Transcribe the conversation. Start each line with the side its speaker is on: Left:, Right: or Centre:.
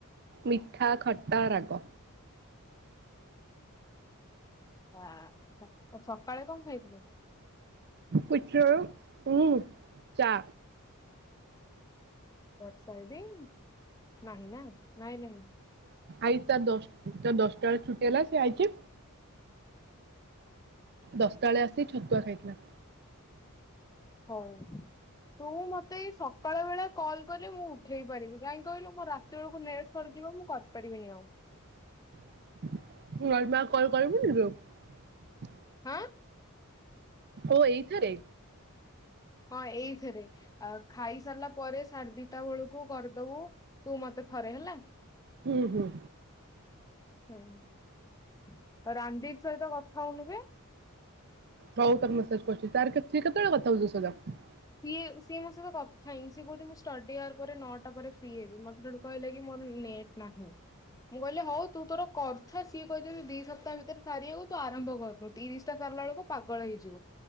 Right: ମିଠା, ଖଟା, ରାଗ।
Left: ହା ସକାଳେ କଣ ଖାଇଥିଲୁ?
Right: ପୁଠୋଉ ଉଁ ଚା।
Left: ବର୍ଷା ଦିନ୍ ନାହିଁ ନା। ନାଇଁ ନାଇଁ।
Right: ଆଇତା ଦଶ ଦଶଟା ବେଳେ ଛୁଟି ହେଲା ସେ ଆଇଛି। ଦଶଟା ବେଳେ ଆସି ଛତୁଆ ଖାଇଥିଲା।
Left: ହଉ। ତୁ ମତେ ଏଇ ସକାଳ ବେଳା କଲ୍ କଲେ ମୁଁ ଉଠେଇ ପାରିବି। କାହିଁକି କହିଲୁ ମୋ ରାତି ବେଳକୁ ନେଟ୍ ସରିଯିବ ମୁଁ କରିପାରିବିନି ଆଉ।
Right: <unintelligible>
Left: ଆ।
Right: ଓ ଏଇଥିରେ?
Left: ହଁ ଏଇଥିରେ। ଆ ଖାଇସାରିଲା ପରେ ସାଢେ ଦିଟା ବେଳକୁ କରିଦବୁ ତୁ ମତେ ଥରେ ହେଲା।
Right: ହୁଁ ହୁଁ।
Left: ହଁ ରାନ୍ ଦିଦି ସହିତ କ ଖାଉନୁ ବେ।
Right: ହଉ ତାକୁ ମେସେଜ କରୁଛି। ତାର ସିଏ କେତେବେଳେ କଥା ହଉଛି ତୋ ସହିତ?
Left: ସଏ ସିଏ ମୋ ସହିତ କଥା ହେଇନି। ସେ କହୁଛି ଷ୍ଟଡି ଆର ପରେ ନଅଟା ପରେ ଫ୍ରୀ ହେବି। ମତେ ସେଠୁ କହିଲା କି ମୋର ନେଟ୍ ନାହିଁ। ମୁଁ କହିଲି ହଉ ତୁ କଥା ସି କହି ଦି ସପ୍ତାହ ଭିତରେ ସାରିୁ ତୁ ଆରମ୍ଭ କରୁନୁ ତିରିଶଟା ସାରିଲା ବେଳକୁ ପାଗଳ ହେଇଯିବୁ।